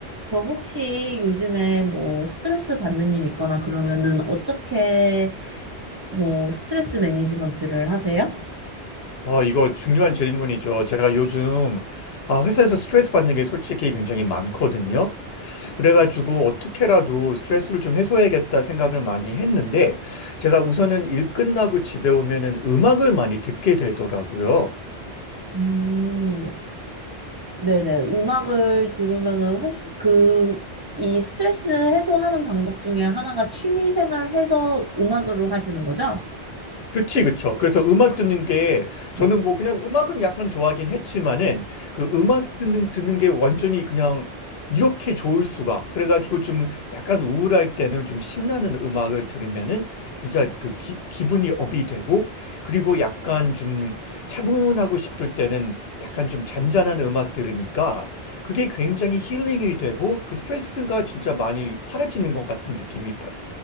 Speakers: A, on the right; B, on the left.
A: 저 혹시 요즘에 뭐 스트레스 받는 일 있거나 그러면은 어떻게 뭐 스트레스 매니지먼트를 하세요?
B: 아, 이거 중요한 질문이죠. 제가 요즘 아, 회사에서 스트레스 받는 게 솔직히 굉장히 많거든요. 그래가지고 어떻게라도 스트레스를 좀 해소해야겠다 생각을 많이 했는데 제가 우선은 일 끝나고 집에 오면은 음악을 많이 듣게 되더라고요.
A: 음, 네네. 음악을 들으면은 혹시 그, 이 스트레스 해소하는 방법 중에 하나가 취미 생활 해서 음악으로 하시는 거죠?
B: 그치, 그쵸. 그래서 음악 듣는 게,
A: 네.
B: 저는 뭐 그냥 음악은 약간 좋아하긴 했지만은, 그 음악 듣는, 듣는 게 완전히 그냥 이렇게 좋을 수가. 그래가지고 좀 약간 우울할 때는 좀 신나는 음악을 들으면은 진짜 그 기, 기분이 업이 되고, 그리고 약간 좀 차분하고 싶을 때는 약간 좀 잔잔한 음악 들으니까 그게 굉장히 힐링이 되고, 그 스트레스가 진짜 많이 사라지는 것 같은 느낌이 받-